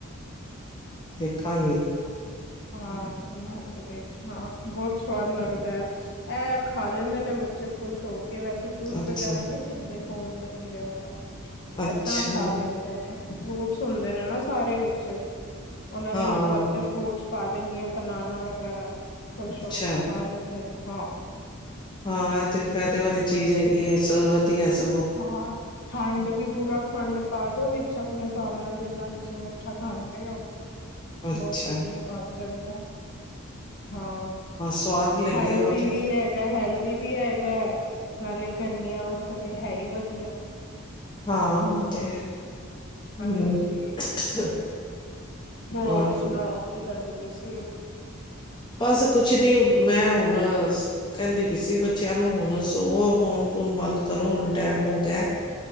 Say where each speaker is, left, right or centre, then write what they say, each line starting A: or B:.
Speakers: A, on the left; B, on the left.
A: ਖ਼ਾ ਗੇ
B: ਹਾਂ ਬਣਾ ਕੇ ਦੇਖਣਾ ਬਹੁਤ ਸਵਾਦ ਲੱਗਦਾ ਹੈ ਇਹ ਖਾ ਲੈਂਦੇ ਨੇ ਬੱਚੇ ਖੁਸ਼ ਹੋ ਕੇ ਕੇ ਵੈਸੇ ਦੂਧ
A: ਅੱਛਾ
B: ਵਗੈਰਾ ਨਹੀਂ ਪੀਂਦੇ ਗੋਂਦਕਤੀਰੇ ਵਾਲਾ
A: ਅੱਛਾ
B: ਏਦਾਂ ਖਾ ਲੈਂਦੇ ਨੇ ਫਰੂਟਸ ਹੁੰਦੇ ਨੇ ਨਾ ਓ ਸਾਰੇ ਵਿੱਚ ਉਹਨਾਂ
A: ਹਾਂ
B: ਦੇ ਮਤਲਬ ਤੇ ਫਰੂਟਸ ਪਾਂ ਦੇਣੀ ਹੈ ਫਰੁਟ ਵਗੈਰਾ ਖੁਸ਼
A: ਅੱਛਾ
B: ਹੋ ਕੇ ਖਾ ਲੈਂਦੇ ਨੇ। ਹਾਂ।
A: ਹਾਂ ਇਹ ਤੇ ਫਾਇਦੇ ਵਾਲੀ ਚੀਜ਼ ਹੈਗੀ ਇਸ ਚ ਵਧੀਆ ਸਗੋਂ।
B: ਹਾਂ ਖੰਡ ਵੀ ਭੁਰਾ ਖੰਡ ਪਾ ਦੋ ਵਿੱਚ ਆਪਣੇ ਹਿਸਾਬ ਨਾਲ ਜਿੰਨਾ ਤੁਸੀਂ ਮਿੱਠਾ ਖਾਂਦੇ ਹੋ।
A: ਅੱਛਾ
B: ਬੋਹੁਤ ਵਦੀਆ <inaudible> ਹਾਂ
A: ਸਵਾਦ ਹੀ ਲੱਗੇਗਾ
B: ਹੈਲਦੀ
A: ਉਹ ਤੇ
B: ਵੀ ਹੈਗਾ। ਹੈਲਥੀ ਵੀ ਹੈਗਾ ਹੈ ਨਾਲੇ ਗਰਮੀਆਂ ਵਾਸਤੇ ਤਾਂ ਹੈ ਹੀ ਵਧੀਆ।
A: ਹਾਂ ਓ ਤੇ। <unintelligible>
B: ਹਾਂਜੀ ਹੋਰ
A: ਹਾਂ
B: ਸੁਣਾਓ ਕੀ ਕਰਦੇ ਪਏ ਓ। ਛੇ।
A: ਬਸ ਕੁਛ ਨੀ ਮੈਂ ਹੁਣ ਸ ਕਹਿੰਦੀ ਪਈ ਸੀ ਬੱਚਿਆਂ ਨੂੰ ਹੁਣ ਸੋਵੋ ਫੋਨ ਫੁਨ ਬੰਦ ਕਰੋ। ਕਰੋ ਹੁਣ ਟਾਈਮ ਹੋ ਗਿਆ ਹੈ।